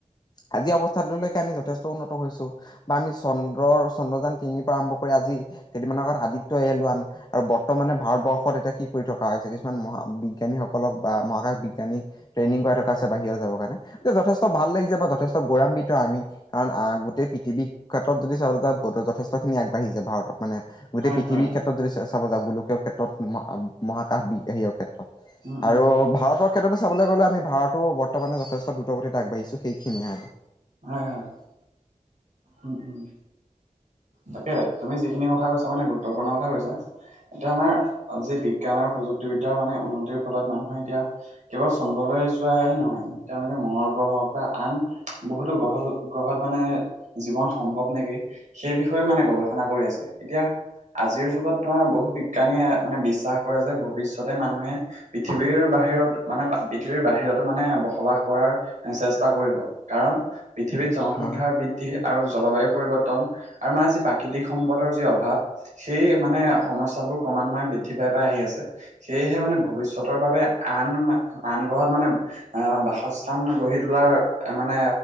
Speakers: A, on the left; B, on the right.
A: আজি অৱস্থালৈকে আমি যথেষ্ট উন্নত হৈছো। বা আমি চন্দ্ৰৰ চন্দ্ৰযান তিনিৰ পৰা আৰম্ভ কৰি আজি কেইদিনমানৰ আগত আদিত্য এল ওৱান আৰু বৰ্তমানে ভাৰতবৰ্ষত এতিয়া কি কৰি থকা হৈছে কিছুমান মহা বিজ্ঞানীসকলক বা মহাকাশ বিজ্ঞানীক ট্ৰেইনিং কৰাই থকা আছে বাহিৰত যাবৰ কাৰণে যথেষ্ট ভাল লাগিছে বা যথেষ্ট গৌৰম্বিত টো আমি, কাৰণ আহ গোটেই পৃথিৱীৰ ক্ষেত্ৰত যদি চাবলে যাওঁ যথেষ্টখিনি আগবাঢ়িছে ভাৰতত মানে গোটেই
B: হয়,
A: পৃথিৱীৰ
B: হয়,
A: ক্ষেত্ৰত যদি চা চাব যাওঁ, গোলকীয় ক্ষেত্ৰত মহা - মহাকাশ বি হায়ৰ ক্ষে
B: উম, উম,
A: আৰু ভাৰতত', ক্ষেত্ৰতো চাবলে গ'লে আমি ভাৰত বৰ্তমানে যথেষ্ট দ্ৰুতগতিত আগবাঢ়িছো সেইখিনিয়ে আৰু
B: হয়', - হয়', উম', - উম', তাকে, তুমি যিখিনি কথা কৈছা মানে গুৰুত্বপূৰ্ণ কথা কৈছা', এতিয়া আমাৰ, আজি বিজ্ঞান আৰু প্ৰযুক্তিবিদ্যা মানে উন্নতিৰ ফলত মানুহে এতিয়া', কেৱল চন্দ্ৰলৈ যোৱাই নহয়, তেওঁলোকে মংগল গ্ৰহ হওঁক বা আন', বহুতো গ্ৰহ', - গ্ৰহত মানে', জীৱন সম্ভৱ নেকি, সেই বিষয়েও মানে গৱেষণা কৰি আছে এতিয়া', আজিৰ যুগত তোমাৰ বহু বিজ্ঞানীয়ে মানে বিশ্বাস কৰে যে ভৱিষ্যতে মানুহে', পৃথিৱীৰ বাহিৰত, মানে পৃথিৱীৰ বাহিৰতো মানে বসবাস কৰাৰ', এই, চেষ্টা কৰিব, কাৰণ পৃথিৱীত জনসংখ্যা
A: হা
B: বৃ', বৃদ্ধি আৰু জলবায়ু পৰিৱৰ্তন আৰু মানে যি প্ৰাকৃতিক সম্পদৰ যি অভাৱ', সেই মানে সমস্যাবোৰ ক্ৰমান্বয়ে বৃদ্ধি পাই', -পাই', আহি আছে', সেয়েহে মানে ভৱিষ্যতৰ বাবে আন মা', আন গ্ৰহত মানে', আহ', বাসস্থান গঢ়ি তোলাৰ মানে